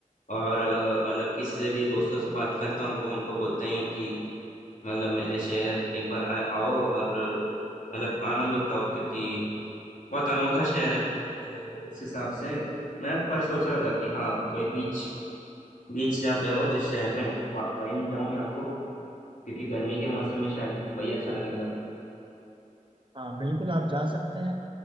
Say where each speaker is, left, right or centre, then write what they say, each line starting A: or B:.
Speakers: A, on the left; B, on the right.
A: और अ, मतलब किसी से भी दोस्तों से बात करता हूँ तो उनको बोलता ही हूँ कि मतलब मेरे शहर एक बार आ- आओ और अ, मतलब आनंद उठाओ क्योंकि बहुत अनोखा शहर है तो उस हिसाब से मैं पर सोच रहा था कि हाँ कोई बीच बीच जहाँ पे हो जिस शहर में वह, वहीं जाऊँ या तो क्योंकि गर्मी के मौसम में शायद वही अच्छा लगेगा
B: हाँ बिल्कुल आप जा सकते हैं